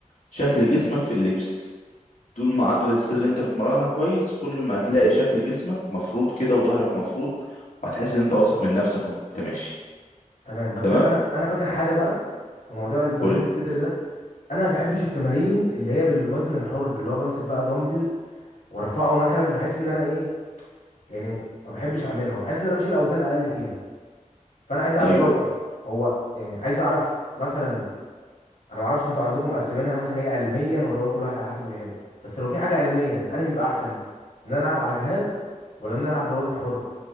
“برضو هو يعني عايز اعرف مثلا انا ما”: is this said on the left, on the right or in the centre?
Left